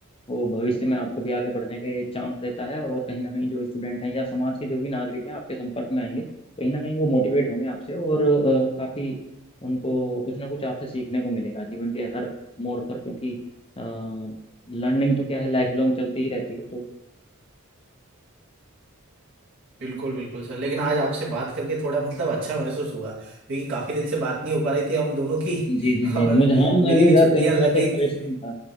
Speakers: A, on the left; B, on the right.
A: वो भविष्य में आपको भी आगे बढ़ने के चांस देता है और कहीं ना कहीं जो स्टूडेंट हैं या समाज के जो भी नागरिक हैं आपके संपर्क में आएंगे कहीं ना कहीं वो मोटिवेट होंगे आपसे और अ, काफी उनको कुछ ना कुछ आपसे सीखने को मिलेगा जीवन के हर मोड़ पर क्योंकि लर्निंग तो क्या है लाइफ लॉन्ग चलती ही रहती है तो
B: बिल्कुल बिल्कुल सर लेकिन आज आपसे बात करके थोड़ा मतलब अच्छा महसूस हुआ क्योंकि काफी दिन से बात नहीं हो पा रही थी हम दोनों की
A: जी
B: <laughs>
A: जी जी
B: और
A: मुझे हाँ मैं
B: मेरी
A: भी
B: भी
A: सर
B: छुट्टियां
A: कई दिनों
B: लग
A: से
B: गई
A: परेशान
B: थी
A: था